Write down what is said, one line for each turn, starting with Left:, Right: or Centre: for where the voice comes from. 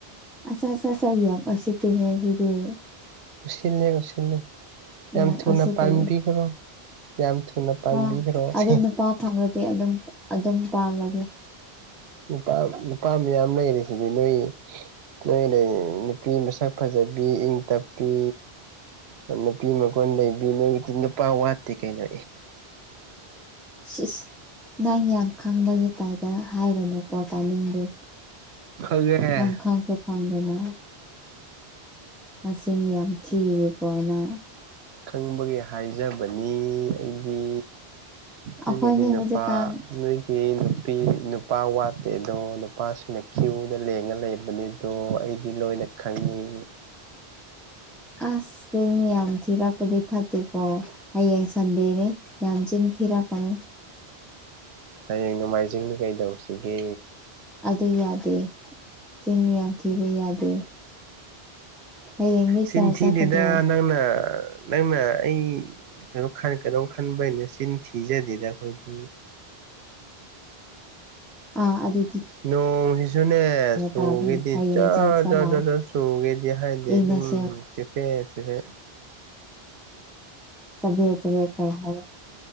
Centre: ꯑꯁ ꯑꯁ ꯁ ꯑꯁꯤ ꯍ ꯁꯤꯗꯤ
Right: ꯨꯁꯤꯦ ꯨꯁꯤꯦ ꯌꯥꯝꯝ
Centre: ꯌꯥꯝ
Right: ꯊꯨꯅ
Centre: ꯎꯁꯤꯠꯇꯕ
Right: ꯄꯥꯟꯕꯤꯈ꯭ꯔꯣ ꯌꯥꯝ ꯊꯨꯅ ꯄꯥꯟꯕꯤꯈ꯭ꯔꯣ
Centre: ꯑ
Right: ꯁꯤ
Centre: ꯑꯗꯨ ꯅꯨꯄꯥ ꯐꯪꯂꯪꯂꯗꯤ ꯑꯗꯨꯝ ꯑꯗꯨꯝ ꯄꯥꯝꯂꯒꯦ
Right: ꯄꯝ ꯄꯝ ꯏ ꯌꯥꯝꯝꯅ ꯑꯦꯔꯤꯁꯤꯗꯤ ꯅꯣꯏ ꯅꯣꯏ ꯅꯨꯄꯤ ꯃꯁꯛ ꯐꯖꯕꯤ ꯏꯪ ꯇꯞꯄꯤ ꯅꯨꯄꯤ ꯃꯈꯣꯟ ꯂꯩꯕꯤ ꯅꯣꯏꯒꯤꯗꯤ ꯅꯨꯄꯥ ꯋꯥꯠꯇꯦ ꯀꯩꯅꯣ
Centre: ꯁꯤꯁ ꯅꯪ ꯌꯥꯝ ꯈꯪꯕꯒꯤ ꯀꯥꯏꯗ ꯍꯥꯏꯔꯨꯅꯨ ꯄꯣ ꯇꯥꯅꯤꯡꯗꯦ
Right: ꯈꯪꯉꯦ
Centre: ꯅꯪ ꯈꯪꯁꯨ ꯈꯪꯗꯅ ꯑ ꯁꯤꯅꯤ ꯌꯥꯝ ꯆꯤꯗꯤ ꯄꯅ
Right: ꯈꯪꯕꯒꯤ ꯍꯥꯏꯖꯕꯅꯤ ꯑꯩꯗꯤ ꯅꯣꯏꯒꯤꯗꯤ
Centre: ꯑꯩꯈꯣꯏꯅꯤ
Right: ꯅꯨꯄꯥ
Centre: ꯍꯧꯖꯤꯛꯀꯥꯟ
Right: ꯅꯣꯏꯒꯤ ꯅꯨꯄꯤ ꯅꯨꯄꯥ ꯋꯥꯠꯇꯦ ꯑꯗꯣ ꯅꯨꯄꯥꯁꯤꯡꯅ ꯀ꯭ꯌꯨꯗ ꯂꯦꯡꯉ ꯂꯩꯕꯅꯤ ꯑꯗꯣ ꯑꯩꯗꯤ ꯂꯣꯏꯅ ꯈꯪꯉꯤ
Centre: ꯑꯁꯇ ꯃꯤ ꯌꯥꯝ ꯊꯤꯔꯛꯄꯗꯤ ꯐꯠꯇꯦꯀꯣ ꯍꯌꯦꯡ ꯁꯟꯗꯦꯅꯦꯦ ꯌꯥꯝ ꯆꯤꯟ ꯊꯤꯔꯀꯅꯦ
Right: ꯍꯌꯦꯡ ꯅꯣꯡꯃꯥꯏꯖꯤꯡꯅꯤ ꯀꯩꯗꯧꯁꯤꯒꯦ
Centre: ꯑꯗ ꯌꯥꯗꯦ ꯁꯤꯅꯤ ꯌꯥꯗꯔ ꯌꯥꯗꯦ ꯍꯌꯦꯡꯗꯤ
Right: ꯁꯤꯤꯟꯊꯤꯗꯦꯗ
Centre: ꯆꯔ ꯆꯠꯀꯗ꯭ꯔꯣ
Right: ꯅꯪꯅ ꯅꯪꯅ ꯑꯩ ꯀꯩꯅꯣ ꯀꯩꯗꯧꯝ ꯈꯟꯕꯩꯅ ꯁꯤꯅ ꯊꯤꯖꯗꯦꯗ ꯑꯩꯈꯣꯏꯗꯤ
Centre: ꯑ ꯑꯗꯨꯗ
Right: ꯅꯣꯡꯁꯤꯁꯨꯅꯦ ꯆꯨꯒꯦꯗꯤ
Centre: ꯇꯥꯕꯅꯤ ꯍꯌꯦꯡ
Right: ꯖ
Centre: ꯆꯔ ꯆꯠꯂꯥꯎ
Right: ꯖ ꯖ ꯖ ꯆꯨꯒꯦꯗꯤ ꯍꯥꯏꯗꯦ
Centre: ꯌꯦꯡꯅꯁꯦ
Right: ꯎꯝ ꯆꯄꯦ ꯆꯄꯦ
Centre: ꯆꯕꯦ ꯆꯕꯦ ꯀꯩ ꯍꯥꯏꯔꯦ